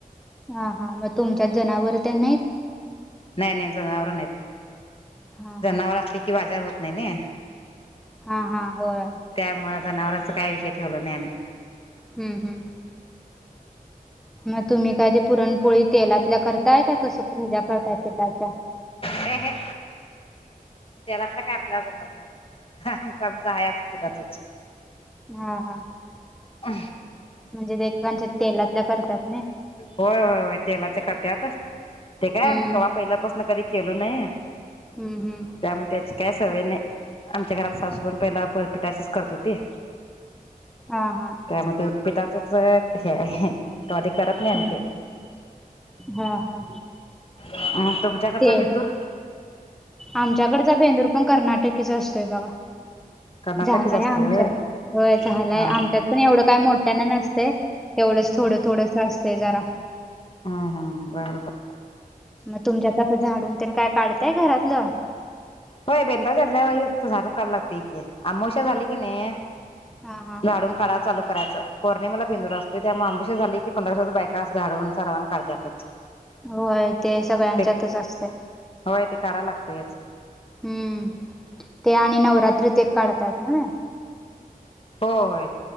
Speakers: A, in the centre; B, on the left.
A: हा, हा, मग तुमच्यात जनावर तेन नाहीत.
B: नाही नाही जनावर नाहीत,
A: हा
B: जनावर
A: हा
B: असले की बाजार होत नाही नई.
A: हा, हा होय.
B: त्यामुळे जनावरराच काय विषय ठेवला नाही आम्ही.
A: हम्म. हम् मग तुम्ही काय ते पुरणपोळी. तेलातल्या करताय काय कसं हेज्या करताय पिठाच्या.
B: हे. त्यालातलं काय आपल्याला जमत नाही बा आमच आमच हाय ह्या पिठाच.
A: हा. हा.
B: अ.
A: म्हणजे ते एकेकांच्या तेलातल्या करतात नई.
B: होय, होय, होय, तेलाचे करत्यात ते काय
A: हम्म
B: आम्ही कवा पहिल्यापासून कधी केलो नाही.
A: हम्म. हम्म.
B: त्यामुळे त्याची काय सवय नाही आमच्या घरात सासू पण पहिला पिठाच्याच करत होती.
A: ह, हा.
B: त्यामध्ये पिठाचच हे हाय तवा ते करत नाही
A: हम्म.
B: आम्ही ते.
A: हा, हा,
B: अ तुमच्याकडचा
A: ते.
B: बेंदूर
A: आमच्याकडचा बेंदूर पण कर्नाटकीच असतोय बघा,
B: कर्नाटकीच
A: झालाय
B: असतोय
A: आमच्यात.
B: होय
A: होय झालंय
B: हा
A: आमच्यात पण एवढं काय मोठ्याना नसतंय तेवढंच थोडं थोडं. ते जरा.
B: हम् हम् बरं बर.
A: मग तुमच्या आता झाडून तेन काय काढतय घरातलं.
B: हो बेंद्राच्या आदल्या वेळी झाडून काढाय लागते की. आमवश्या झाली की नई
A: हा हा
B: झाडून काढाय चालू. करायं पौर्णिमेला बेंदूर असतो. त्यामुळे आमवश्या झाली की पंधरा दिवस बायका झाडून सरावन काढत्यातच.
A: होय ते सगळ्यांच्यातच
B: ते
A: असते.
B: होय ते काढायला लागतंयच
A: हम्म, ते आणि नऊरात्रीत एक काढतात व्हनी.
B: हो होय